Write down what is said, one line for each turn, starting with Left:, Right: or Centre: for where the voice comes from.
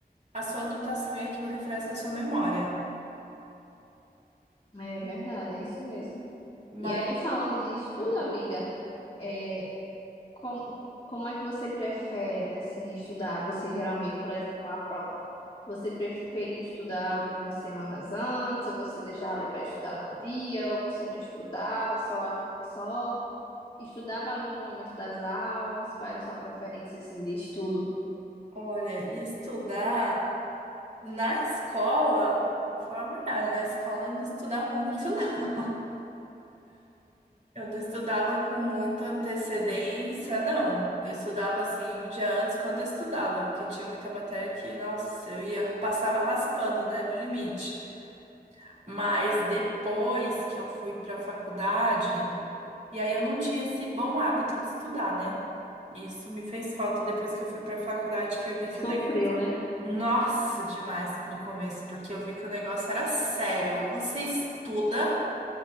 Right: a sua anotação e aquilo refresca a sua memória.
Left: é verdade, é isso mesmo.
Right: Mas,
Left: E aí, falando de estudo,
Right: hum,
Left: amiga, é, como, como é que você prefere, assim, estudar? Você geralmente, por exemplo, uma prova, você prefere estudar algumas semanas antes, ou você deixava ali para estudar no dia, ou você não estudava, só, só estudava ali no momento das aulas? Qual era a sua preferência, assim, de estudo?
Right: olha, estudar na escola, vou falar a verdade, na escola eu não estudava <laughs> muito, não. Eu não estudava com muita antecedência, não. Eu estudava assim um dia antes quando eu estudava, porque tinha muita matéria que, nossa, eu ia passava raspando, né, no limite. Mas depois que eu fui para a faculdade, e aí eu não tinha esse bom hábito de estudar, né? Isso me fez falta depois que eu fui pra faculdade, que eu vi que
Left: Sofreu,
Right: o negócio.
Left: né?
Right: Nossa, demais no começo, porque eu vi que o negócio era sério. Ou você estuda,